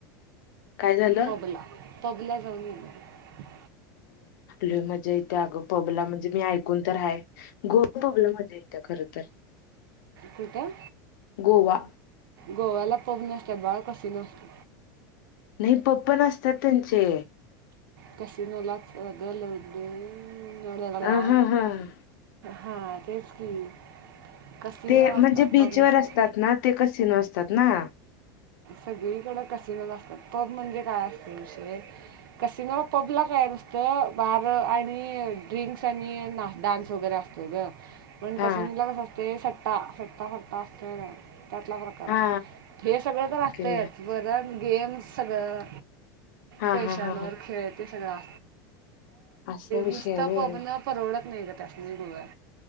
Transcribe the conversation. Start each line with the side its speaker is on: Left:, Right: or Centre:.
Left: काय झालं
Right: पबला पबला जाऊन गेला
Left: ल मजा येत्या अगं पबला म्हणजे मी ऐकून तर आहे गो पबला मजा येतं खरंच
Right: कुठं
Left: गोवा
Right: गोव्याला पप नसतात बाळा कस नसत
Left: नाही पप्प असतात त्यांचे
Right: कसिनोलाच रगं लावले
Left: अ
Right: ला
Left: हा हा
Right: हा तेच की <unintelligible>
Left: ते म्हणजे
Right: असतात
Left: बीचवरर
Right: पब नसतात
Left: असतात ना ते कसिन असतात ना
Right: सगळीकडे कसिनो ला असतात पब म्हणजे काय असतं विषय कसिन पब ला काय का नसत बार आणि ड्रिंक्स आणि डान्स वगैरे असतो ग पण
Left: हा
Right: कसं निलं कस असते सट्टा सट्टा सट्टा असतो त्यातला प्रकार
Left: हा
Right: असतो हेच वाहतेच
Left: ओके
Right: बर गेमस सगळं
Left: हा
Right: पैशांवर
Left: हा हा हा
Right: खेळत ते सगळं
Left: असा विषय
Right: नुसत
Left: आहे व्हय
Right: पोगण परवडत नाही का त्यासली गोव आहे